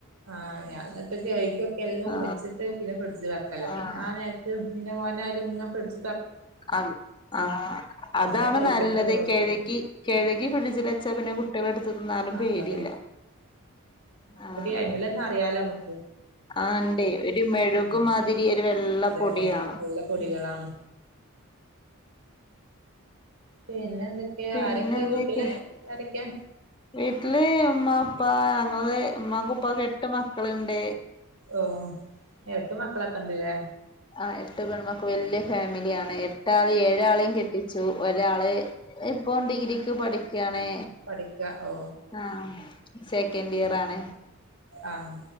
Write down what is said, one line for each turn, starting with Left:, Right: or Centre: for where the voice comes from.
Right: ആ ഞ എന്നിട്ട് കഴകൊക്കെ എല്ലാം
Left: ആഹ്
Right: വെച്ചിട്ട് പിന്നെ ഫ്രിഡ്ജ് വക്കല്ലോ പിന്നെ
Left: ആഹ്
Right: ആ നേരത്ത് പിന്നെ മ <unintelligible>
Left: അ ആ
Right: അപ്പോ
Left: അതാണ്
Right: പിന്നെ കഴുകിയാണ്ട്
Left: നല്ലത്
Right: അങ്ങട് വെക്കും
Left: കഴികി കഴികി ഫ്രിഡ്ജിൽ വെച്ചാ പിന്നെ കുട്ടികൾ എടുത്ത്ന്നാലും
Right: ആഹ്
Left: പേടില്ല
Right: എന്നാ
Left: ആഹ്
Right: യിമൽ ന്നെ അറിയാല നമക്ക്
Left: ആ ണ്ടേ ഒരു മെഴക്മാതിരി
Right: ഉം
Left: ഒരു വെള്ള
Right: അതെ
Left: പൊടിയാ
Right: അതെ
Left: മ്
Right: നല്ല പൊടികളാണ് പിന്നെ എന്തൊക്കെ
Left: പിന്നെ
Right: ആരൊക്കെ
Left: എന്തൊക്കെ
Right: വീട്ടില് ആരൊക്കെ
Left: വീട്ടില് മ്മ പ്പാ ഞങ്ങള് ഉമ്മാക്കും ഉപ്പാക്കും എട്ട് മക്കളണ്ട്
Right: ഓഹ് എട്ട് മക്ക മക്കളൊക്കെണ്ടില്ലേ
Left: ആ എട്ട് പെൺമക്കൾ വല്യ ഫാമിലിയാണ് എട്ടാള് ഏഴാളെയും കെട്ടിച്ചു ഒരാള് ഇപ്പം ഡിഗ്രിക്ക് പഠിക് ക്കാണ്
Right: പഠിക്ക ഓ
Left: ആ സെക്കൻഡ് ഇയർ ആണ്
Right: ആഹ്